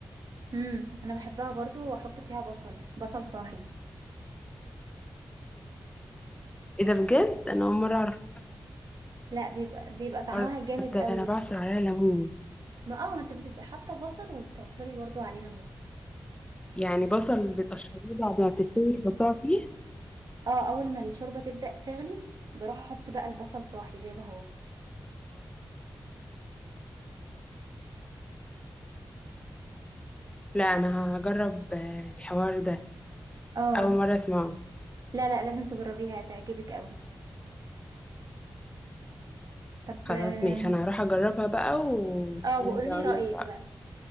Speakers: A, on the right; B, on the left.
A: امم انا بحبها برضو واحط فيها بصل بصل صاحي
B: إيه ده بجد؟ أنا أول مرة أعرف
A: لا بيبقى بيبقى طعمها
B: الحوار
A: جامد
B: ده
A: قوي
B: أنا بعصر عليها ليمون
A: ما اه ما انت بتبقي حاطه بصل وبتعصري برضو عليه ليمون
B: يعني بصل بتقشريه بعد ما بتستوي تحطها فيه
A: اه اول ما الشوربة تبدأ تغلي بروح احط بقى البصل صاحي زي ما هو
B: لا انا هجرب آه، الحوار ده
A: اه
B: اول مره اسمعه
A: لا لا لازم تجربيها هتعجبك قوي طب
B: خلاص
A: اه
B: ماشي انا هروح اجربها بقى وهنا
A: آه، وقولي
B: بقول
A: لي رأيك
B: لك بقى.
A: بقى